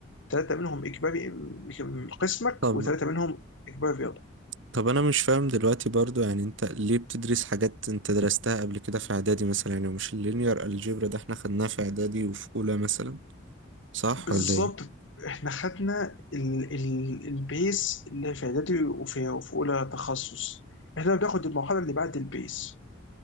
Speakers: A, on the left; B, on the right.
A: ثلاثه منهم اجباري من قسمك
B: طب
A: وثلاثه منهم اجباري رياضه
B: طب انا مش فاهم دلوقتي برضو يعني انت ليه بتدرس حاجات انت درستها قبل كده في اعدادي مثلا يعني مش اللينير الجبر ده احنا خدناه في اعدادي وفي اولى مثلا صح
A: بالظبط
B: ولا ايه
A: احنا خدنا ال ال البيس اللي في اعدادي وفي وفي اولى تخصص احنا بناخد المرحله اللي بعد البيس